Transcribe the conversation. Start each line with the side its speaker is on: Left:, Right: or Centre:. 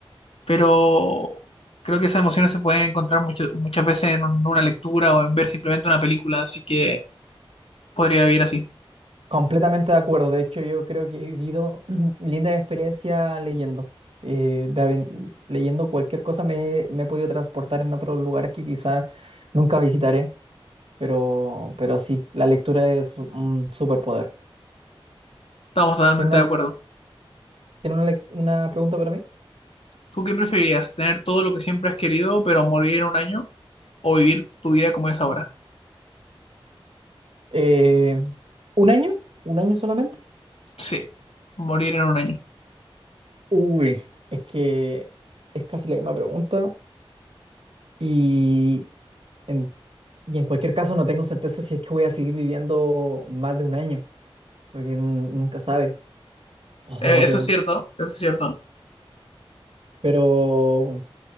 Left: pero creo que esas emociones se pueden encontrar mucho- muchas veces en un- una lectura o en ver simplemente una película, así que podría vivir así.
Right: Completamente de acuerdo. De hecho, yo creo que he vivido <clears throat> linda experiencia leyendo. Eh, de aven- leyendo cualquier cosa me, me he podido transportar en otros lugares que quizá nunca visitaré, pero, pero sí, la lectura es un superpoder.
Left: Estamos totalmente
Right: ¿Tiene una,
Left: de acuerdo.
Right: tiene una, lec- una pregunta para mí?
Left: ¿Tú qué preferirías? ¿Tener todo lo que siempre has querido, pero morir en un año? ¿O vivir tu vida como es ahora?
Right: Eh, ¿un año? ¿Un año solamente?
Left: Sí, morir en un año.
Right: Uy, es que es casi la misma pregunta y en, y en cualquier caso no tengo certeza si es que voy a seguir viviendo más de un año. porque nun- nunca sabe. Ojo,
Left: Eh,
Right: que-
Left: Eso es cierto, eso es cierto.
Right: pero